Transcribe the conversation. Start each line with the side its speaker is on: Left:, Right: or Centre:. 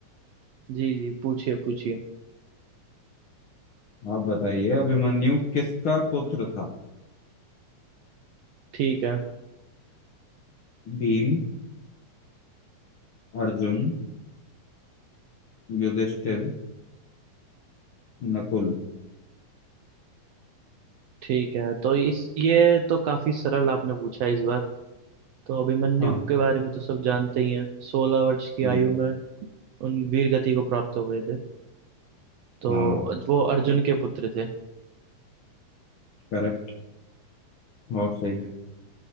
Right: जी जी पूछिए पूछिए
Left: आप बताइए अभिमन्यु किसका पुत्र था
Right: ठीक है
Left: भीम अर्जुन युधिष्ठिर नकुल
Right: ठीक है तो इस ये तो काफी सरल आपने पूछा इस बार तो अभिमन्यु
Left: हाँ
Right: के बारे में तो सब जानते ही हैं सोलह वर्ष की
Left: हम्म,
Right: आयु में उन वीर गति को प्राप्त हो गए थे तो
Left: हाँ
Right: वो अर्जुन के पुत्र थे
Left: करेक्ट बहुत सही